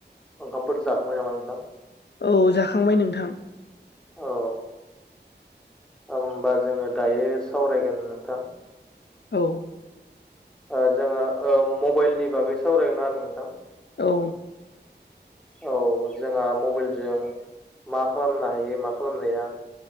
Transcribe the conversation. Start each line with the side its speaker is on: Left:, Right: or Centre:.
Centre: ओंखामफोर जाखांबाय नामा नोंथां
Left: औ जाखांबाय नोंथां
Centre: औ होमबा जोङो दायो सावरायगोन नोंथां।
Left: औ
Centre: ओ जोङो ओ मबाइलनि बागै सावरायगोन आरो नोंथां।
Left: औ
Centre: औ जोंहा मबाइलजों मा खालामनो हायो मा खालामनोहाया